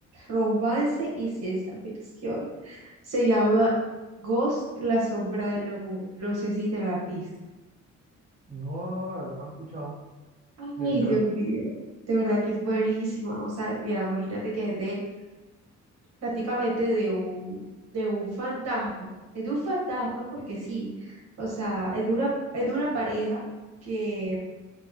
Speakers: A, on the right; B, on the right.
A: romance y ciencia ficción. Se llama Ghost, la sombra del amor. No sé si te la has visto.
B: No, no, la verdad no la he escuchado.
A: Ay,
B: ¿De qué trata?
A: Dios mío. De verdad que es buenísima. O sea, mira, imagínate que es de prácticamente de un, de un fantasma. Es de un fantasma porque sí. O sea, es de una, es de una pareja que